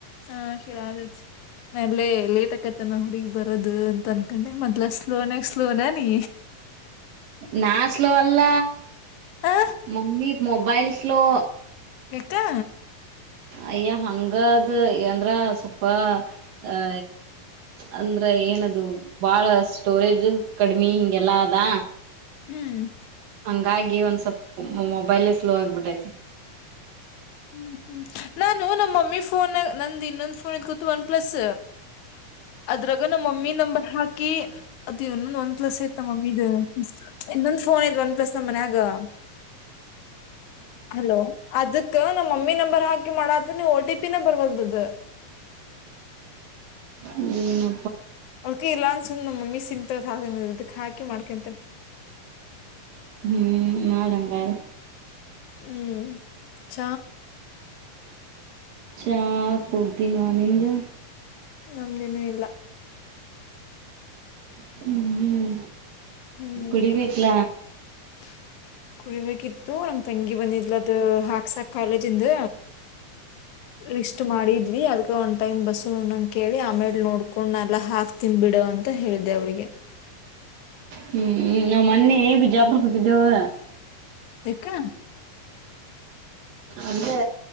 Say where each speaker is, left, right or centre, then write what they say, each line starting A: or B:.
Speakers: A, on the left; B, on the right.
A: ಹಾ ಕೇಳ ನಲ್ಲೇ ಲೇತಕ್ಕ ತನ ಹುಡುಗಿ ಬರದು ಅಂತ ಅನ್ಕೊಂಡೆ ಮೊದ್ಲ ಸ್ಲೋನಯಾಗ ಸ್ಲೋನ ನೀ
B: ನಾನ್ ಸ್ಲೋ ಅಲ್ಲ
A: ಆ
B: ಮಮ್ಮಿ ಮೊಬೈಲ್ಸ್ ಸ್ಲೋ
A: ಯಕೆ
B: ಅಯ್ಯ ಹಂಗಾದ ಂದ್ರ ಸ್ವಲ್ಪ ಅ ಅಂದ್ರೆ ಏನದು ಬಾಳ ಸ್ಟೋರೇಜ್ ಕಡಿಮಿ ಹಿಂಗೆಲ್ಲಾ ಅದ
A: ಹ್ಮ್
B: ಹಂಗಾಗಿ ಒಂದ್ ಸ್ವಲ್ಪ ಮೊಬೈಲ್ೇ ಸ್ಲೋ ಆಗ್ಬಿಟ್ಟೈತಿ
A: ಹ್ಮ್ ಹ್ಮ್ ನಾನು ನಮ್ಮ ಮಮ್ಮಿ ಫೋನ್ ನಂದ್ ಇನ್ನೊಂದ್ ಫೋನ್ ಇದ ಕೂು ಒನ್ ಪ್ಲಸ್ ಅದ್ರಾಗ ನಮ್ಮ ಮಮ್ಮಿ ನಂಬರ್ ಹಾಕಿ ಇನ್ನೊಂದು ಒನ್ ಪ್ಲಸ್ ಐತ ಮಮ್ಮೀ ಇದ ಇನ್ನೊಂದ್ ಫೋನ್ ಐ್ತ್ ಒನ್ ಪ್ಲಸ್ ನಮ್ಮ ಮನ್ಯಾಗ <inaudible> ಹಲೋ ಅದಕ್ ನಮ್ಮ್ ಮಮ್ಮಿ ನಂಬರ್ ಹಾಕಿ ಮಾಡದೆ ನೀವು ಒ ಟಿ ಪಿ ನಂಬರ್ ಒಲ್ದದ
B: ನು
A: ಕೆ ಇಲ್ಲಾ ಅನ್ಸು ಮಮ್ಮೀ ಚಿಂತದ ಹ ಇದಕ್ ಹಾಕಿ ಮಾಡ್ಕೊಂತನ
B: ಹ್ಮ್ ಮಾಡಂಗೆ
A: ಹ್ಮ ಚ
B: ಚಾ ಕುಡಿದಿವ ನಿಂದು
A: ನಮ್ದೇನೂ ಇಲ್ಲ
B: ಹ್ಮ ಹ್ಮ
A: ಹ್ಮ್
B: ಕುಡಿಬೇಕ್ಲ
A: <inaudible> ಕುಡಿಬೇಕಿತ್ತು ನಮ ತಂಗಿ ಬಂದಿದ್ಲದ್ ಹಾಕ್ಸಾಕ್ ಕಾಲೇಜ ಇಿಂದ ಲಿಷ್ಟ್ ಮಾಡಿದ್ವಿ ಅದ್ಕ ಉಂಟ ಕೇಳಿ ಆಮೇಲೆ ನೋಡ್ಕೊಂಡ್ ಎಲ್ಲಾ ಹಾಕ್ತನ್ಿ ಬಿಡ ಅಂತ ಹೇಳ್ದೆ ಅವಿಗೆ
B: ಹ್ಮ್ ನಾವ್ ಮೊನ್ನೆ ಬಿಜಾಪುರಕ್ಕೆ ಹೋಗಿದ್ದೇವು
A: ಕ
B: ಅಂದ್ರೆ